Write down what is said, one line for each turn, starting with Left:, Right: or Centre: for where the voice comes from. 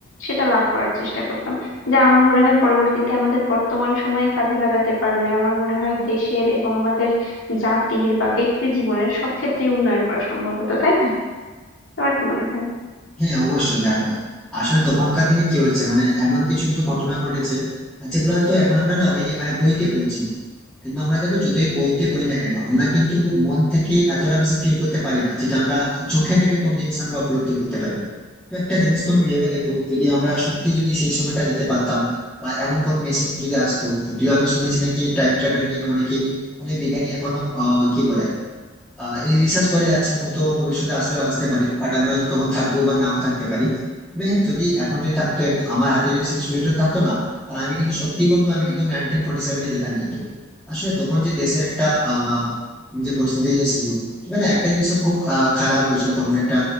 Left: সেটা লাভ করার চেষ্টা করতাম যা আমার মনে হয় পরবর্তীতে আমাদের বর্তমান সময়ে কাজে লাগাতে পারলে আমার মনে হয় দেশের এবং আমাদের জাতির বা ব্যক্তি জীবনের সব ক্ষেত্রেই উন্নয়ন করা সম্ভব হতো তাই না তোমার কি মনে হয়
Centre: হ্যাঁ অবশ্যই দেখো আসলে তখনকার দিনে কি হয়েছে মানে এমন কিছু কিছু ঘটনা ঘটেছে যেগুলো হয়তো এখন আমরা না ওই মানে বইতে পড়ছি কিন্তু আমরা দেখো যতই বইতে পড়ি না কেন আমরা কিন্তু মন থেকে এতটা বেশি ফিল করতে পারি না যেটা আমরা চোখে দেখে কোনো জিনিস আমরা উপলব্ধি করতে পারি তো একটা জিনিস তুমি ভেবে দেখো যদি আমরা সত্যি যদি সেই সময়টা যেতে পারতাম বা এমন কোনো মেশিন যদি আসতো যদিও আমি শুনেছি নাকি টাইম ট্রাভেল নিয়ে অনেকেই অনেক বিজ্ঞানী এখনো আহ কি বলে আহ এই রিসার্চ করে যাচ্ছেন হয়তো ভবিষ্যতে আসলেও আসতে পারে বাট আমরা তো তখন থাকবো বা নাও থাকতে পারি তবে হ্যাঁ যদি এখন যদি থাকতো এবং আমার হাতে যদি সেই সুযোগটা থাকতো না তাহলে আমি কিন্তু সত্যি বন্ধু আমি
Left: হুম,
Centre: কিন্তু নাইনটিন ফোর্টি সেভেনে যেতাম কিন্তু আসলে তখন যে দেশের একটা আহ যে পরিস্থিতি এসেছিল মানে একটা জিনিস তো খুব আহ, খারাপ হয়েছিল তখন একটা